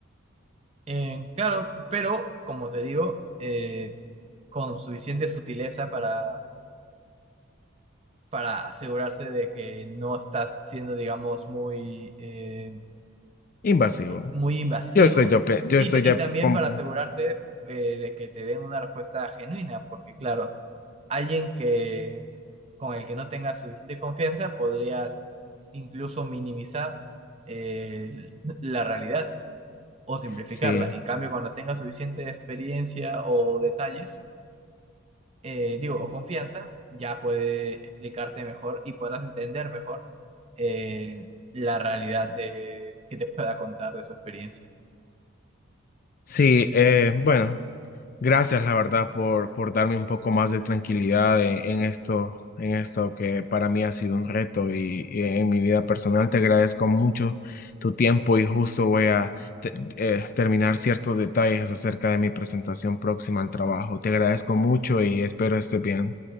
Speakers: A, on the right; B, on the left.
A: Eh, claro, pero como te digo, eh, con suficiente sutileza para, para asegurarse de que no estás siendo, digamos, muy, eh,
B: Invasivo.
A: muy invasivo
B: Yo estoy de, ape- yo
A: y,
B: estoy
A: te-
B: de,
A: y también
B: com-
A: para asegurarte eh, de que te den una respuesta genuina, porque claro, alguien que con el que no tenga suficiente confianza podría incluso minimizar eh, la realidad o simplificarla.
B: sí,
A: En cambio, cuando tenga suficiente experiencia o detalles, eh, digo, o confianza, ya puede explicarte mejor y podrás entender mejor eh, la realidad de, que te pueda contar de su experiencia.
B: sí, eh, bueno, gracias la verdad por, por darme un poco más de tranquilidad en, en esto, en esto que para mí ha sido un reto y, y en mi vida personal te agradezco mucho tu tiempo y justo voy a te- eh, terminar ciertos detalles acerca de mi presentación próxima al trabajo. Te agradezco mucho y espero estés bien.